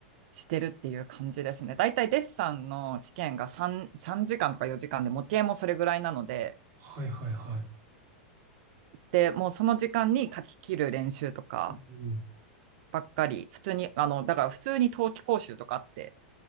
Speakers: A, on the right (about 60°); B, on the right (about 45°).
A: してるっていう感じですね。だいたいデッサンの試験が3、3時間とか4時間で、模型もそれぐらいなので、
B: はいはいはい。
A: で、もうその時間に描き切る練習とか
B: うん
A: ばっかり、普通に、あの、だから普通に冬季講習とかあって、